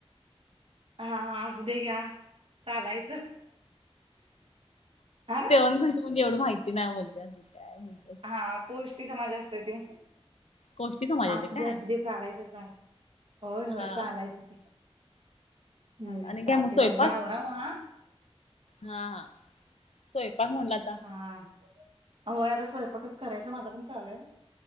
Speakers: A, on the right; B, on the left.
A: हा हा असुदे घ्या चालायचं. हा
B: देवांग कोष्टी म्हणजे एवढं माहिती नाही म्हणजे असं काय म्हण
A: हा कोष्टी समाज असतोय तो.
B: गोष्टी समाजाचे
A: असू दे
B: काय
A: असू दे चालायचं होय होय
B: हा
A: चालायचं हो ते. हम्म
B: आणि
A: चालते
B: काय मग स्वयंपाक
A: चालते आवरा मग
B: हा हा. स्वयंपाक म्हणाल आत्ता.
A: हा होय आता स्वयंपाकच करायचं माझा पण चालूय.